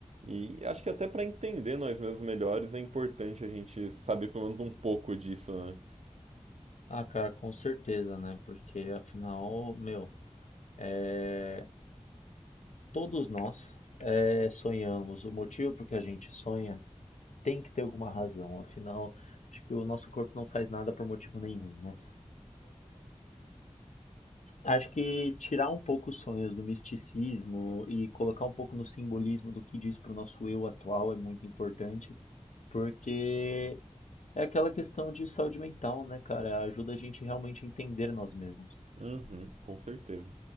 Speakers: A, on the right; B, on the left.
A: E acho que até para entender nós mesmos melhores é importante a gente saber pelo menos um pouco disso, né?
B: Ah, cara, com certeza, né? Porque afinal, meu, é, todos nós é, sonhamos. O motivo por que a gente sonha tem que ter alguma razão. Afinal, acho que o nosso corpo não faz nada por motivo nenhum, né? Acho que tirar um pouco os sonhos do misticismo e colocar um pouco no simbolismo do que diz para o nosso eu atual é muito importante, porque é aquela questão de saúde mental, né, cara? Ajuda a gente realmente a entender nós mesmos.
A: Uhum, com certeza.